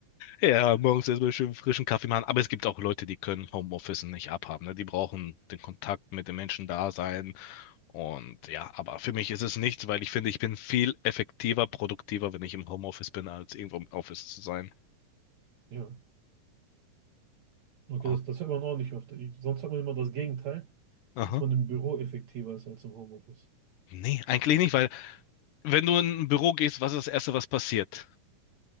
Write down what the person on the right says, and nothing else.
Ja. Okay,
das, das hört man auch nicht oft. Ich, sonst hat man immer das Gegenteil,
dass man im Büro effektiver ist als im Homeoffice.